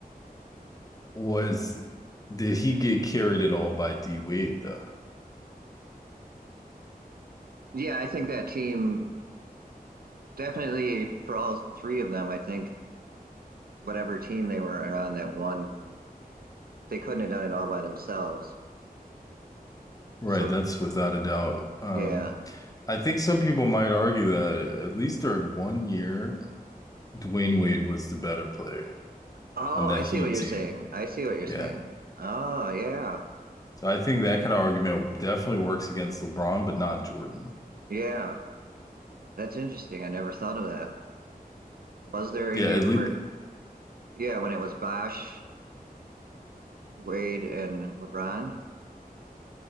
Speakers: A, on the left (about 20°); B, on the right (about 70°).
A: was did he get carried at all by D Wade though?
B: Yeah, I think that team definitely for all three of them, I think whatever team they were on that won, they couldn't have done it all by themselves.
A: Right,
B: So
A: that's without a doubt. Um,
B: yeah.
A: I think some people might argue that at least during one year, Dwayne Wade was the better player
B: Oh,
A: on that
B: I see
A: Heat
B: what you're
A: team.
B: saying. I see what you're
A: Yeah,
B: saying. Oh yeah.
A: so I think that kind of argument definitely works against LeBron, but not Jordan.
B: Yeah. That's interesting. I never thought of that. Was there a
A: Yeah,
B: year
A: at least.
B: where yeah, when it was Bosh, Wade and LeBron?